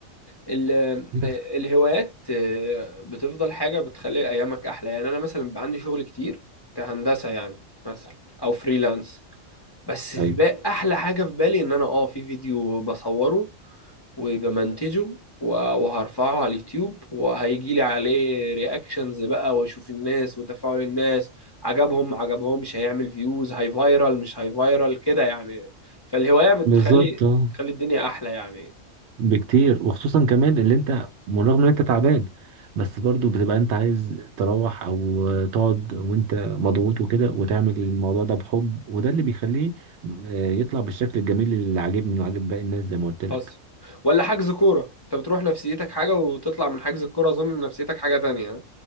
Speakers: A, on the left (about 30°); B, on the right (about 65°).
A: ال-
B: بس
A: آه، الهوايات آه، بتفضل حاجة بتخلي أيامك أحلى يعني أنا مثلا بيبقى عندي شغل كتير كهندسة يعني مثلا أو فريلانس بس في
B: ايوه
A: بقى أحلى حاجة في بالي إن أنا أه في فيديو بصوره وبمنتجه و- وهرفعه على اليوتيوب وهيجي لي عليه رياكشنز بقى واشوف الناس وتفاعل الناس عجبهم ما عجبهمش هيعمل فيوز هاي فايرال مش هاي فايرال كده يعني فالهواية بتخلي
B: بالظبط اه
A: تخلي الدنيا أحلى يعني
B: بكتير وخصوصا كمان اللي انت بالرغم ان انت تعبان بس برضو بتبقى انت عايز تروح او تقعد وانت مضغوط وكده وتعمل الموضوع ده بحب وده اللي بيخليه آه، يطلع بالشكل الجميل اللي عاجبني وعاجب باقي الناس زي ما قلت لك
A: حصل ولا حجز كورة انت بتروح نفسيتك حاجة وتطلع من حجز الكورة اظن نفسيتك حاجة تانية